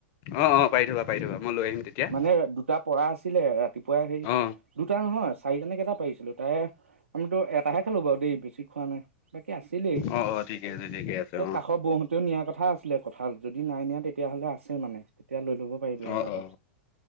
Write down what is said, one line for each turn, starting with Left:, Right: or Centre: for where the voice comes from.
Left: অ অ পাৰি থবা পাৰি থবা মই লৈ আহিম তেতিয়া
Right: মানে দুটা পঢ়া আছে ছিলে ৰাতিপুৱাই সেই
Left: অ
Right: দুটা নহয়! চাৰিটানে কেইটা পাৰিছিলো তাই আমিতো এটাে খালো বাৰু দেই বেছি খোৱা নাই বাকী আছিলেই
Left: অ অ ঠিকে আছে ঠিকে আছে
Right: সে
Left: অ
Right: কাষৰ বৌহতেও নিয়াৰ কথা আছিলে কথা যদি নাই নিয়া তেতিয়াহ'লে আছে মানে। এতিয়া লৈ ল'ব পাৰিবি আৰু
Left: অ
Right: তাৰপা।
Left: অ